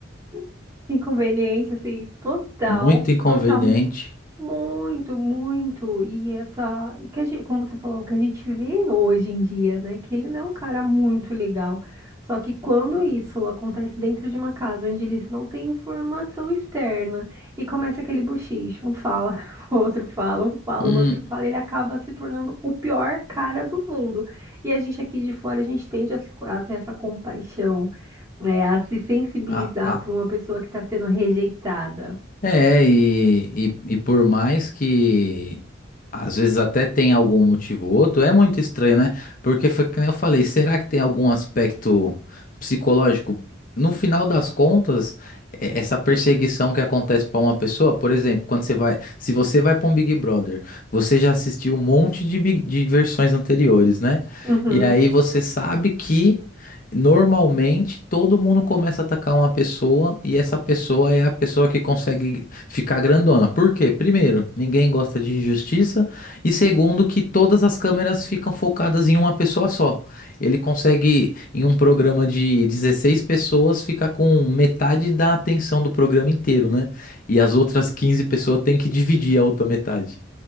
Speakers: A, on the right; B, on the left.
A: <laughs> inconveniente, assim, total,
B: muito inconveniente.
A: total muito, muito. E essa, que a gente, como você falou, o que a gente vê hoje em dia, né? Que ele não é um cara muito legal. Só que quando isso acontece dentro de uma casa onde eles não têm informação externa e começa aquele bochicho, um fala, <laughs> o outro fala, um fala,
B: Hum,
A: o outro fala, ele acaba se tornando o pior cara do mundo. E a gente aqui de fora, a gente tende a, se- a ter essa compaixão, né? A se sensibilizar
B: Ah, ah,
A: para uma pessoa que está sendo rejeitada.
B: é, e, e, e por mais que às vezes até tem algum motivo ou outro, é muito estranho, né? Porque foi que nem eu falei, será que tem algum aspecto psicológico? No final das contas, é- essa perseguição que acontece para uma pessoa, por exemplo, quando você vai, se você vai para um Big Brother, você já assistiu um monte de, big- de versões anteriores, né?
A: Uhum.
B: E aí você sabe que. Normalmente, todo mundo começa a atacar uma pessoa e essa pessoa é a pessoa que consegue ficar grandona. Por quê? Primeiro, ninguém gosta de injustiça e segundo, que todas as câmeras ficam focadas em uma pessoa só. Ele consegue, em um programa de 16 pessoas, ficar com metade da atenção do programa inteiro, né? E as outras 15 pessoas têm que dividir a outra metade.